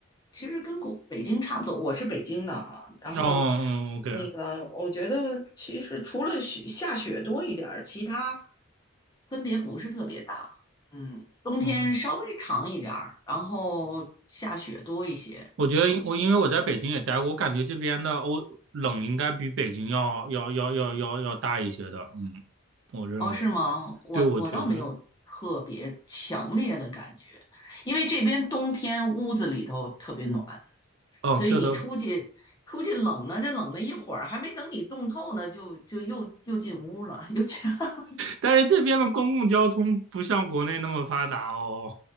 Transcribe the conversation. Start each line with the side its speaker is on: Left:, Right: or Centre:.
Left: 其实跟国北京差不多。我是北京的啊，然后
Right: 哦嗯嗯，OK。
Left: 那个我觉得其实除了雪下雪多一点儿，其他分别不是特别大。嗯，冬天稍微长一点儿，
Right: 嗯。
Left: 然后下雪多一些。
Right: 我觉得因我因为我在北京也待过，
Left: 然后
Right: 我感觉这边的欧冷应该比北京要要要要要要大一些的，嗯，我认为，
Left: 哦，是吗？我我倒没有特别强烈的感觉，
Right: 对，我觉得，
Left: 因为这边冬天屋子里头特别暖。
Right: 嗯，
Left: 所以你出去出去冷呢，
Right: 这都，
Left: 这冷了一会儿，还没等你冻透呢，就就又又进屋了，又进。<laughs>
Right: 但是这边的公共交通不像国内那么发达哦，